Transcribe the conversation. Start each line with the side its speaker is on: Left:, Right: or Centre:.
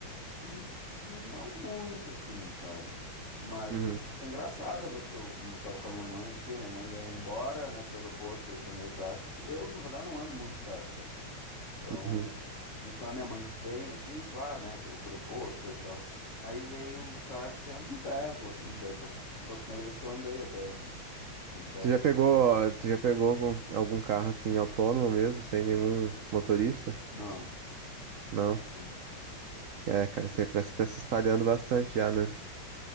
Left: hum, não muito, assim, sabe? Mas,
Right: Uhum,
Left: assim, foi engraçado a vez que eu mo- tava com a minha mãe aqui, a minha mãe ia embora, né, pro aeroporto, eu chamei o táxi, porque eu, na verdade, não ando muito de táxi, sabe? Então,
Right: uhum.
Left: mas quando a minha mãe vem aqui, claro, né, pro, pro aeroporto, coisa e tal, aí veio o táxi, era um <laughs> Tesla, assim, daí foi, foi a primeira vez que eu andei até num num Tesla,
Right: Tu já pegou, tu já pegou algum, algum carro assim autônomo mesmo, sem nenhum motorista?
Left: não. Isso
Right: Não.
Left: não.
Right: É, cara, isso aí parece que tá se espalhando bastante já, né?